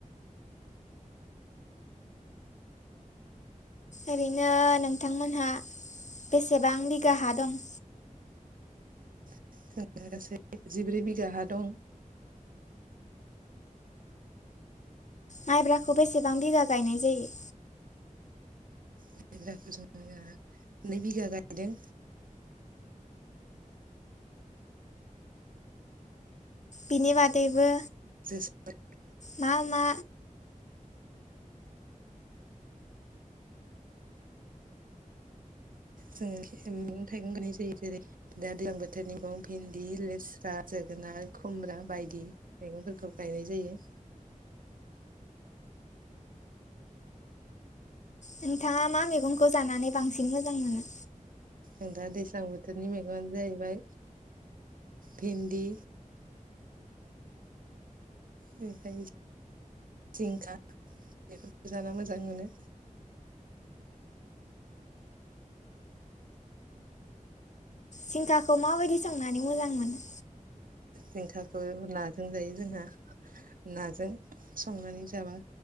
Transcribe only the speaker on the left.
ओरैनो नोंथांमोनहा बेसेबां बिगा हा दं
माइब्राखौ बेसेबां बिगा गायनाय जायो
बिनि बादैबो
मा मा
नोंथाङा मा मेगंखौ जानानै बांसिन मोजां मोनो
जिंखाखौ माबायदि संनानै मोजां मोनो?